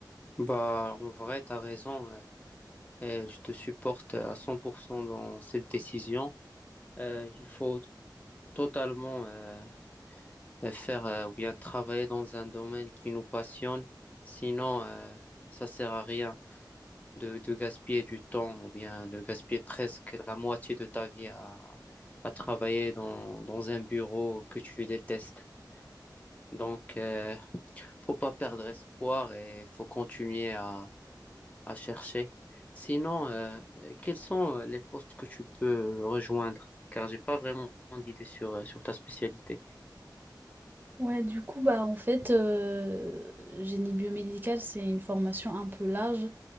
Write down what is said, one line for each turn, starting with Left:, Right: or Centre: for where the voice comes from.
Left: Bah, en vrai, t'as raison. euh, et je te supporte à 100% dans cette décision. Euh, il faut totalement euh, faire euh, ou bien travailler dans un domaine qui nous passionne. Sinon, euh, ça sert à rien de, de gaspiller du temps ou bien de gaspiller presque la moitié de ta vie à, à travailler dans, dans un bureau que tu détestes. Donc, euh, faut pas perdre espoir et faut continuer à à chercher. Sinon, euh, quels sont euh, les postes que tu peux rejoindre? Car j'ai pas vraiment d'idée sur, euh, sur ta spécialité.
Right: Ouais, du coup, bah en fait, euh, génie biomédical, c'est une formation un peu large.